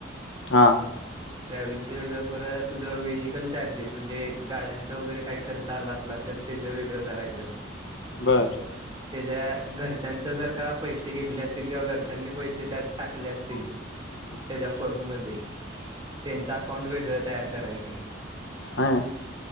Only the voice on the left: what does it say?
हा
बर
<inaudible>
ह